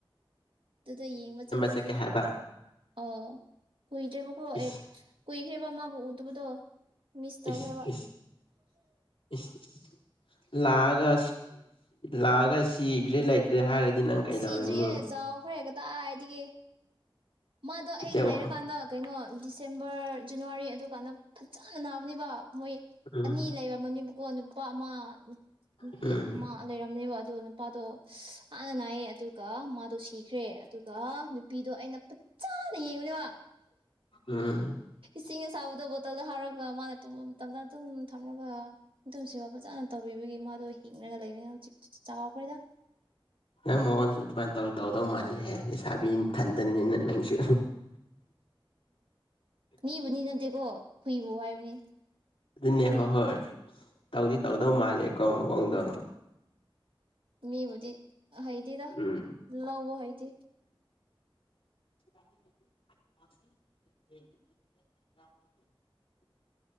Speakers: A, on the right; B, on the left.
A: ꯑꯗꯨꯗ ꯌꯦꯡꯕ ꯆꯠꯂꯨꯁꯤꯒꯦ
B: ꯆꯠꯀꯦ ꯍꯥꯏꯕ
A: ꯑ ꯀꯨꯏꯗ꯭ꯔꯦꯕꯀꯣ
B: ꯏꯁ
A: ꯑꯦ ꯀꯨꯏꯈ꯭ꯔꯦ ꯃ ꯎꯗꯨꯕꯨꯗꯣ ꯃꯤꯁ
B: ꯏꯁ
A: ꯇꯧꯈ꯭ꯔꯕ
B: ꯏꯁ ꯏꯁ ꯏꯁ ꯂꯥꯛꯑꯒ ꯂꯥꯛꯑꯒ ꯁꯤꯈ꯭ꯔꯦ ꯂꯩꯇ꯭ꯔꯦ ꯍꯥꯏꯔꯗꯤ ꯅꯪ ꯀꯩꯗꯧꯔꯅꯤ
A: ꯁꯤꯗ꯭ꯔꯤꯌꯦꯦ ꯆꯥꯎꯈ꯭ꯔꯦ ꯀꯗꯥꯏꯗꯤꯒ ꯃꯥꯗꯣ ꯑꯩ
B: ꯏꯇꯦꯑꯣ
A: ꯂꯩꯔꯀꯥꯟꯗ ꯀꯩꯅꯣ ꯗꯤꯁꯦꯝꯕꯔ ꯖꯅꯋꯥꯔꯤ ꯑꯗꯨꯀꯥꯟꯗ ꯐꯖꯅ ꯅꯥꯕꯅꯦꯕ ꯃꯣꯏ
B: ꯎꯝ
A: ꯑꯅꯤ ꯂꯩꯕꯝ ꯃꯅꯦꯕ ꯀꯣꯟ ꯄ ꯑꯃ ꯅꯨꯄꯤ
B: ꯎꯝ
A: ꯑꯃ ꯂꯩꯔꯝꯅꯦꯕ ꯑꯗꯣ ꯅꯨꯄꯥꯗꯣ ꯍꯥꯟꯅ ꯅꯥꯏꯌꯦ ꯑꯗꯨꯒ ꯃꯥꯗꯣ ꯁꯤꯈ꯭ꯔꯦ ꯑꯗꯨꯒ ꯅꯨꯄꯤꯗꯣ ꯑꯩꯅ ꯆꯥꯗ ꯌꯦꯅꯦ ꯋꯥ
B: ꯎꯝ
A: ꯏꯁꯤꯡ ꯑꯁꯥꯕꯗ ꯕꯣꯇꯜꯗ ꯍꯥꯥꯎꯔꯒ ꯃꯥꯅ ꯃꯇꯝꯗꯥ ꯑꯗꯨꯝ ꯊꯝꯂꯒ ꯑꯗꯨꯝ ꯁꯤꯕ ꯐꯖꯥꯅ ꯇꯧꯕꯤꯕꯒꯤ ꯃꯥꯗꯣ ꯍꯤꯡꯉꯒ ꯂꯩꯕꯅꯤꯅ ꯍꯧꯖꯤꯛ ꯆꯥꯎꯈ꯭ꯔꯦꯗ
B: ꯅ ꯃꯣꯍꯟꯁꯨ ꯑꯗꯨ ꯃꯥꯅ ꯇꯧ ꯇꯧꯗꯧ ꯃꯥꯂꯦ ꯑꯦ ꯂꯩꯁꯥꯕꯤ ꯑꯃ ꯊꯟꯗꯅꯤꯅ ꯅꯪꯁꯨ
A: ꯅꯕꯨ ꯅ ꯅꯇꯦꯀꯣ ꯍꯨꯏꯕ ꯍꯥꯏꯕꯅꯤ
B: ꯑꯗꯨꯅꯦ
A: ꯍꯨꯏ
B: ꯍꯣꯏ ꯍꯣꯏ ꯇꯧꯗꯤ ꯇꯧꯗꯧ ꯃꯥꯜꯂꯦꯀꯣ ꯃꯑꯣꯡꯗꯣ
A: ꯃꯤꯕꯨꯗꯤ ꯍꯩꯇꯦꯔ
B: ꯎꯝ
A: ꯂꯧꯕ ꯍꯩꯗꯤꯦ
B: ꯎꯝ